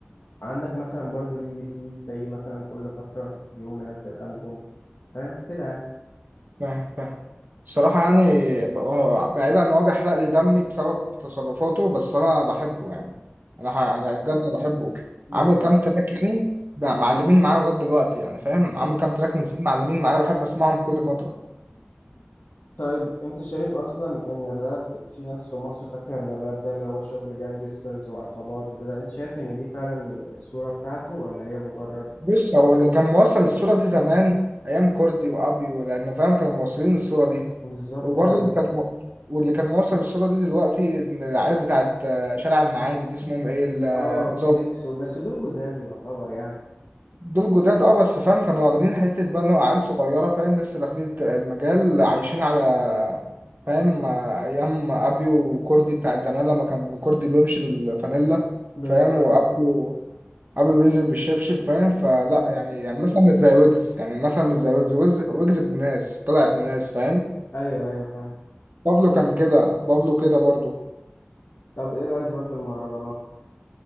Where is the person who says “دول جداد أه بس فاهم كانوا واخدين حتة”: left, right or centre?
Right